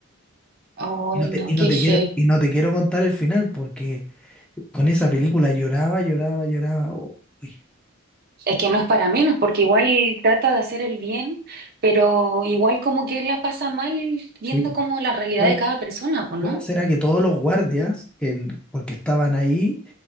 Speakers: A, on the right (about 50°); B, in the centre.
A: Ay,
B: Y no te,
A: no,
B: y no
A: qué
B: te
A: heavy.
B: quiero, y no te quiero contar el final, porque con esa película lloraba, lloraba, lloraba. Oh, uy,
A: Es que no es para menos, porque igual trata de hacer el bien, pero igual como que la pasa mal
B: sí,
A: viendo
B: po.
A: como la realidad
B: ¿Cómo,
A: de cada persona, pues,
B: cómo
A: ¿no?
B: será que todos los guardias, en, porque estaban ahí,